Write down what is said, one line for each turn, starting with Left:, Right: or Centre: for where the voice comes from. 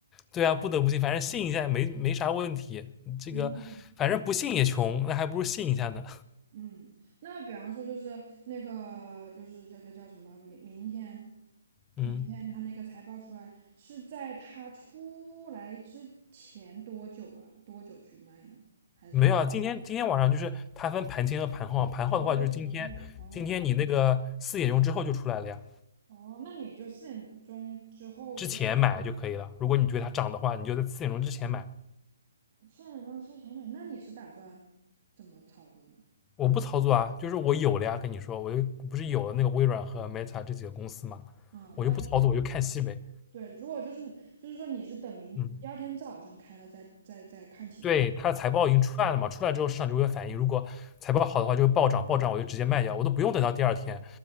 Left: 对啊，不得不信，反正信一下也没没啥问题。这个反正不信也穷，
Right: 嗯。
Left: 那还不如信一下呢。
Right: 嗯，那比方说就是那个就是叫叫叫什么？明明天，
Left: 嗯，
Right: 明天他那个财报出来是在他出来之前多久啊？多久去卖呢？还是要
Left: 没有啊，今天今天晚上就是它分盘前和盘后啊盘后的话就是今天今天你那个四点钟之后就出来了呀，
Right: 哦，这是盘后哦哦，那你就四点钟之后就
Left: 之前买就可以了。如果你觉得它涨的话，你就在四点钟之前买。
Right: 四点钟之前买，那你是打算怎么操作呢？
Left: 我不操作啊，就是我有了呀，跟你说，我又不是有了那个微软和 Meta 这几个公司嘛，
Right: 啊，
Left: 我就不操作，
Right: 那
Left: 我就看戏呗。
Right: 对，如果就是就是说你是等明第二天早上开了再再再看情况。
Left: 嗯，对，它财报已经出来了嘛，出来之后市场就会反应，如果财报好的话就会暴涨，暴涨我就直接卖掉，我都不用等到第二天，